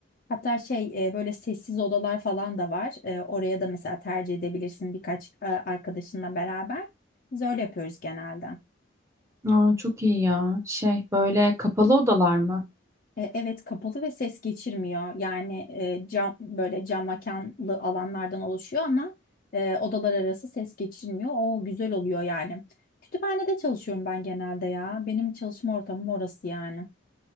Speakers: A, on the left; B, on the right.
A: Hatta şey e, böyle sessiz odalar falan da var. E, oraya da mesela tercih edebilirsin birkaç e, arkadaşınla beraber. Biz öyle yapıyoruz genelde.
B: Aa çok iyi ya. Şey böyle kapalı odalar mı?
A: E, Evet kapalı ve ses geçirmiyor. Yani e, cam böyle cam mekanlı alanlardan oluşuyor ama e, odalar arası ses geçirmiyor. O güzel oluyor yani. Kütüphanede çalışıyorum ben genelde ya. Benim çalışma ortamım orası yani.